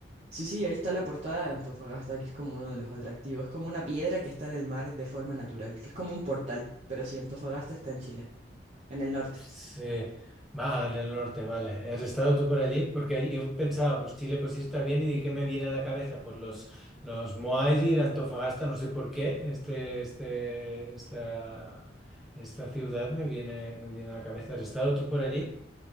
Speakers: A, on the right; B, in the centre.
A: Sí, sí, ahí está la portada de Antofagasta, que es como uno de los atractivos. Es como una piedra que está en el mar de forma natural, que es como un portal, pero sí, Antofagasta está en Chile, en el norte.
B: Sí, vale, el norte, vale. ¿Has estado tú por allí? Porque yo pensaba, pues Chile, pues sí está bien, y di, ¿qué me viene a la cabeza? Pues los, los Moais y la Antofagasta, no sé por qué, este, este, esta, esta ciudad me viene, me viene a la cabeza. ¿Has estado tú por allí?